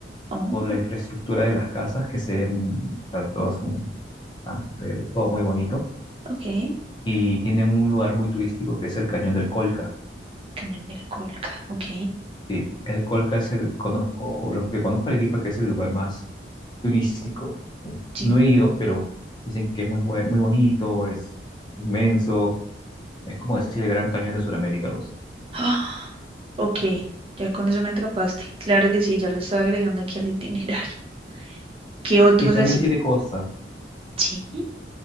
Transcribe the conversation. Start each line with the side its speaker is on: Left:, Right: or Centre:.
Right: Oh,
Left: por la infraestructura de las casas, que se ven, o sea, todas son blancas, se ve todo muy bonito.
Right: ok.
Left: Y tienen un lugar muy turístico que es el Cañón del Colca.
Right: Cañón del Colca. Ok.
Left: Sí, el Colca es el, conozco, lo que conozco de Arequipa, que es el lugar más turístico.
Right: Sí.
Left: No he ido, pero dicen que es muy, bue- muy bonito, es inmenso, es como decir el Gran Cañón de Sudamérica, pues.
Right: <gasps> Ah, ok, ya con eso me atrapaste. Claro que sí, ya lo estaba agregando aquí al itinerario. <laughs> ¿Qué otros
Left: Y también
Right: así?
Left: tiene costa.
Right: Sí,